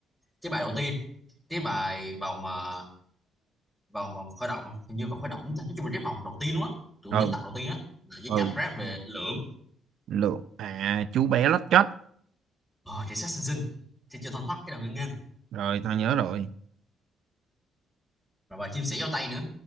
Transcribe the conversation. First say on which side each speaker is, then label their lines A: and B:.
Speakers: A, in the centre; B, on the right.
A: cái bài đầu tiên cái bài vòng mà vòng vòng khởi động hình như vòng khởi động ta nói chung là cái vòng đầu tiên luôn á tụi
B: ừ
A: những tập đầu tiên á là với
B: ừ
A: chất rap về lượm
B: lượng à chú bé lót chót
A: ờ thì sát xinh xinh thì chưa thoăn thoát cái đầu nghênh nghênh
B: rồi tao nhớ rồi
A: rồi bài chim sẻ giao tay nữa